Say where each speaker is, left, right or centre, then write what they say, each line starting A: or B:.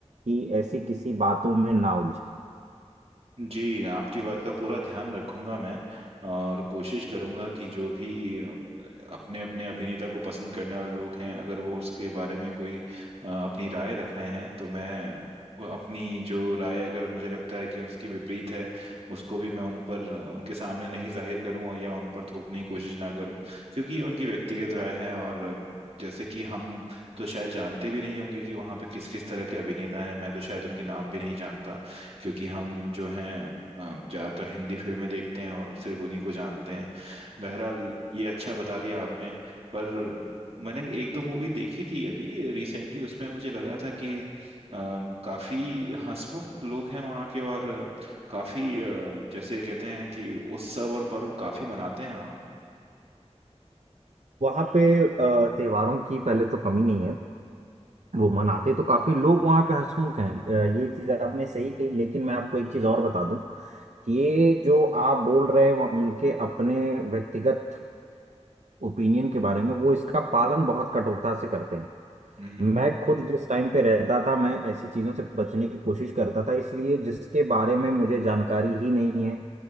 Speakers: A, on the right (about 80°); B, on the right (about 60°).
A: कि ऐसी किसी बातों में ना उलझे
B: जी आपकी बात का पूरा ध्यान रखूंगा मैं और कोशिश करूंगा कि जो भी अपने अपने अभिनेता को पसंद करने वाले लोग हैं अगर वो उसके बारे में कोई अ, अपनी राय रख रहे हैं तो मैं वो अपनी जो राय अगर मुझे लगता है कि उसकी विपरीत है उसको भी मैं उन पर उनके सामने नहीं जाहिर करूं और या उन पर थोपने की कोशिश ना करूं क्योंकि ये उनकी व्यक्तिगत राय है और जैसे कि हम तो शायद जानते भी नहीं होंगे कि वहां पे किस किस तरह के अभिनेता हैं मैं तो शायद उनके नाम भी नहीं जानता क्योंकि हम जो हैं अम, ज्यादातर हिंदी फिल्में देखते हैं और सिर्फ उन्हीं को जानते हैं बहरहाल ये अच्छा बता दिया आपने पर मैंने एक दो मूवी देखी थी अभी रिसेंटली उसमें मुझे लगा था कि अम, काफी हंसमुख लोग हैं वहाँ के और काफी अ, जैसे कहते हैं कि उत्सव और पर्व काफी मनाते हैं वहाँ
A: वहां पे अ, त्योहारों की पहले तो कमी नहीं है वो मनाते तो काफी लोग वहां पे हंसमुख हैं अ, ये चीज आपने सही कही लेकिन मैं आपको एक चीज और बता दूं कि ये जो आप बोल रहे हैं वहाँ उनके अपने व्यक्तिगत ओपिनियन के बारे में वो इसका पालन बहुत कठोरता से करते हैं
B: हम्म, हम्म।
A: मैं खुद जिस टाइम पे रहता था मैं ऐसी चीजों से बचने की कोशिश करता था इसलिए जिसके बारे में मुझे जानकारी ही नहीं है